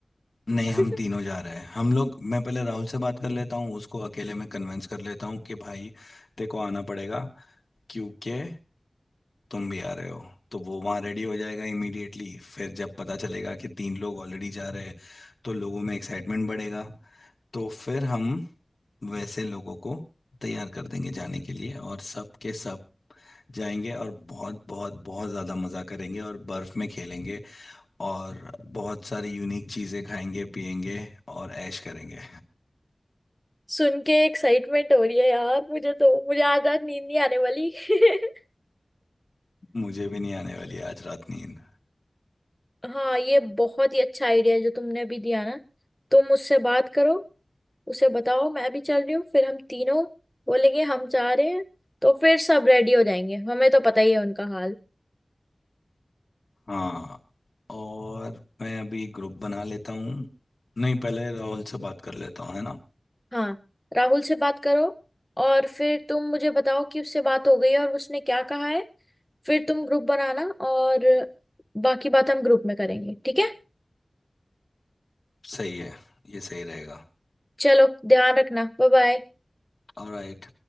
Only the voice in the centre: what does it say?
<laughs>
सुन के एक्साइटमेंट हो रही है यार मुझे तो मुझे आज रात नींद नहीं आने वाली <laughs>
हाँ ये बहुत ही अच्छा आइडिया है जो तुमने अभी दिया ना तुम उससे बात करो उसे बताओ मैं भी चल रही हूँ फिर हम तीनों बोलेंगे हम जा रहे हैं तो फिर सब रेडी हो जाएंगे हमें तो पता ही है उनका हाल
हाँ राहुल से बात करो और फिर तुम मुझे बताओ कि उससे बात हो गई है और उसने क्या कहा है फिर तुम ग्रुप बनाना और बाकी बात हम ग्रुप में करेंगे ठीक है
चलो ध्यान रखना बाय बाय